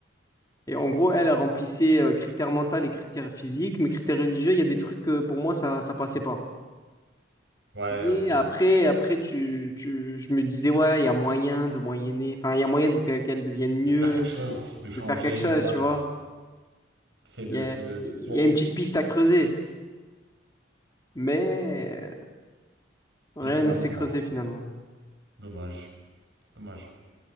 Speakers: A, on the left; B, on the right.
A: Et en gros, elle, elle remplissait euh, critère mental et critère physique, mais critère religieux, il y a des trucs euh, pour moi ça ça passait pas.
B: Ouais,
A: Mais
B: ok.
A: après, après tu, tu, je me disais, ouais, il y a moyen de moyenner, enfin, il y a moyen de que- qu'elle devienne mieux,
B: De faire quelque chose, de changer,
A: de faire quelque chose,
B: quoi.
A: tu vois.
B: T'essaies de
A: Il y a,
B: te... De... de persuader.
A: il y a une petite piste à creuser, mais euh, rien
B: Mais finalement,
A: ne s'est creusé
B: non.
A: finalement.
B: Dommage. C'est dommage.